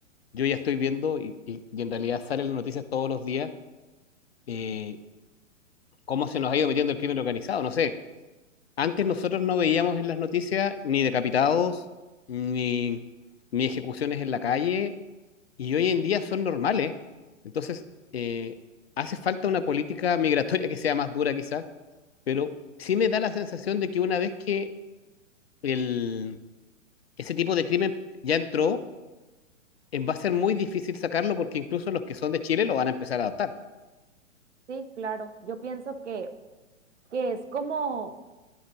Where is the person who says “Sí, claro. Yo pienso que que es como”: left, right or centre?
Right